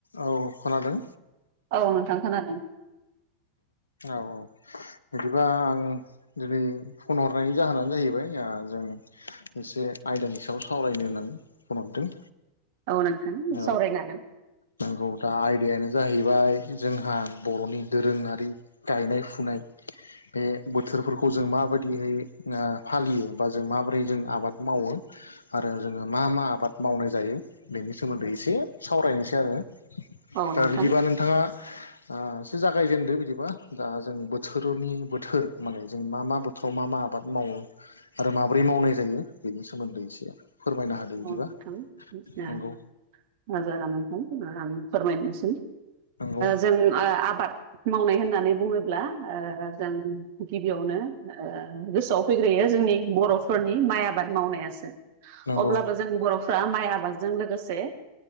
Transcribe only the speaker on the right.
औ नोंथां खोनादों
औ नोंथां
सावरायनो हागोन
औ
नोंथां
औ नोंथां ओ
जागोन नोंथां आं फोरमायनोसै
जों आबाद मावनाय होननानै बुङोब्ला जों गिबियावनो गोसोआव फैग्रोयो जोंनि बर' फोरनि माइ आबाद मावनायासो।
अब्लाबो जों बर'फ्रा माइ आबादजों लोगोसे